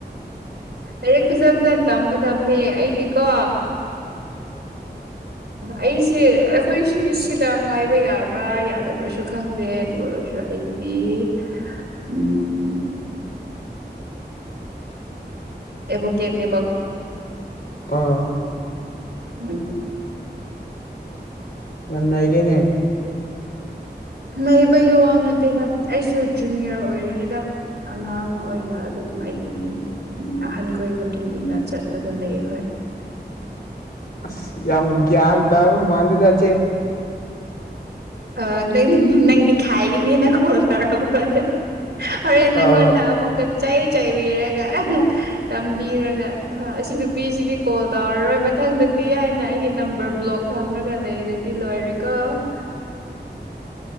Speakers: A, on the right; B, on the left.
A: ꯂꯥꯏꯔꯤꯛ ꯐꯖ ꯐꯖꯅ ꯇꯝꯒꯗꯕꯅꯦ ꯑꯩꯗꯤꯀꯣ ꯑꯩꯁꯦ ꯑꯩꯈꯣꯏ ꯁꯤ ꯁꯤꯗ ꯍꯥꯏꯕ ꯌꯥꯕ꯭ꯔꯥ ꯌꯥꯗꯕ꯭ꯔꯥꯁꯨ ꯈꯪꯗꯦ ꯑꯗꯨ ꯑꯣꯏꯔꯁꯨ ꯑꯩꯗꯤ ꯎꯝ ꯑꯦꯚꯣꯀꯦꯠꯅꯦ
B: ꯑꯥ
A: ꯃ
B: ꯉꯏꯔꯦꯅꯦ
A: ꯂꯩꯕꯒꯤ ꯋꯥ ꯅꯠꯇꯦꯗ ꯑꯩꯁꯨ ꯖꯨꯅꯤꯌꯔ ꯑꯣꯏꯔꯤꯌꯦꯦꯗ ꯑꯉꯥꯡ ꯑꯣꯏꯅ ꯑꯗꯨꯝ ꯑꯩꯒꯤ ꯑꯍꯟꯈꯣꯏ ꯃꯇꯨꯡ ꯏꯟꯅ ꯆꯠꯂꯒ ꯂꯩ ꯍꯣꯏ <inaudible>
B: ꯑꯁ ꯌꯥꯝ ꯭ꯌꯥꯟ ꯇꯥꯕ ꯃꯥꯜꯗꯦꯗꯥꯆꯦ
A: ꯑ ꯅꯪ ꯅꯪꯗꯤ ꯈꯥꯏꯒꯅꯤꯅ ꯀꯣꯜꯅꯔꯗ ꯍꯔꯦꯟ ꯅꯪꯣꯟꯗ
B: ꯑꯥ
A: ꯑꯃꯛꯀ ꯆꯩ ꯆꯩꯕꯤꯔꯒ ꯇꯝꯕꯤꯔꯒ ꯍꯣꯏ ꯑꯁꯤ ꯅꯨꯄꯤꯁꯤꯗꯤ ꯀꯣꯜ ꯇꯧꯔꯔꯣꯏ ꯃꯊꯪꯗꯗꯤ ꯍꯥꯏꯅ ꯑꯩꯒꯤ ꯅꯝꯕꯔ ꯕ꯭ꯂꯣꯛ ꯊꯝꯃꯒ ꯂꯩꯔꯗꯤ ꯂꯣꯏꯔꯦꯀꯣ